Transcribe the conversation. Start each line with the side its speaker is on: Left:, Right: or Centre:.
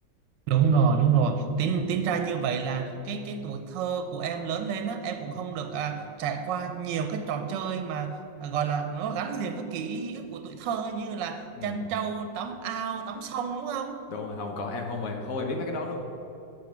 Right: Đúng rồi, đúng rồi. Tính
Left: ừ
Right: tính ra như vậy là cái cái tuổi thơ của em lớn lên á, em cũng không được à, trải qua nhiều cái trò chơi mà à, gọi là nó gắn liền với ký ức của tuổi thơ như là
Left: Ừ,
Right: chăn trâu, tắm ao, tắm sông đúng không?
Left: đúng rồi không có em không hề không hề biết mấy cái đó luôn